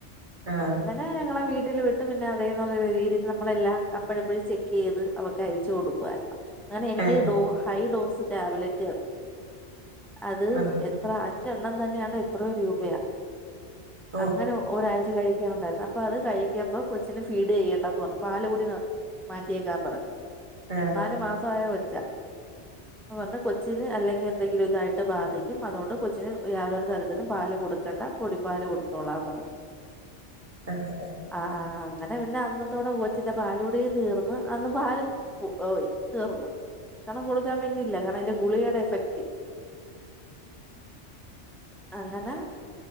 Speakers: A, on the right; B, in the centre.
A: ആഹ്
B: അങ്ങനെ ഞങ്ങളെ വീട്ടില് വി ട്ട് പിന്നെ അതേന്നൊള്ള രീതിയിൽ നമ്മളെല്ലാം അപ്പഴപ്പഴ് ചെക്ക് ചെയ്ത് അവക്ക് അയച്ചു കൊടുക്കുവാരുന്ന് അങ്ങനെ
A: ഏഹ്
B: ഡോ ഹൈ ഡോസ് രാവിലത്ത അത്
A: ആഹ്
B: എത്ര അഞ്ചെണ്ണം തന്നെ വേണ്ട എത്രയ രൂപയാ
A: ഓഹ്
B: അങ്ങനെ ഒരാഴ്ച കഴ ണ്ടായി അപ്പൊ അത് കഴിക്ക്പ കൊച്ചിന് ഫീഡ് ചെയ്യണ്ടന്ന് പറഞ്ഞു പാല കൂടി മാറ്റിയേക്കാൻ പറഞ്ഞു
A: ആഹ്
B: നല് മാസ ആയ വച്ച അ പറ കൊച്ചിന് അല്ലെങ്കിൽ എന്തെങ്കിലും ഇതായിട്ട് ബാധിക്കും അതുകൊണ്ട് കൊച്ചിന് യാതൊരു തരത്തിലും പാല് കൊടുക്കണ്ട പൊടി പാല് കൊടുത്തോളാംന്ന് പറഞ്ഞു
A: ആഹ്
B: ആഹ അങ്ങന പിെ പിന്നെ അന്നത്തോടെ കൊച്ചിന്റെ പാലൂടെയും തീർന്ന് അന്ന് പാലും ഓയി തീർന്ന് ക്ഷണം കൊക്കാൻ പറ്റുന്നില്ല തിന്റെ ഗുളികയുടെ എഫക്റ്റ് അങ്ങനെ